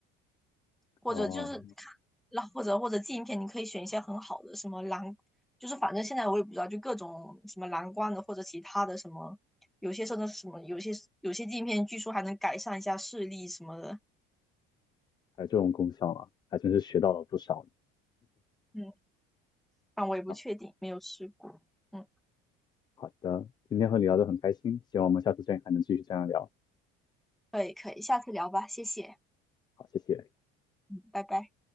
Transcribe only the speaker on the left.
哦，
还有这种功效啊，还真是学到了不少
啊。<laughs>
好的，今天和你聊得很开心，希望我们下次见还能继续这样聊。
好，谢谢。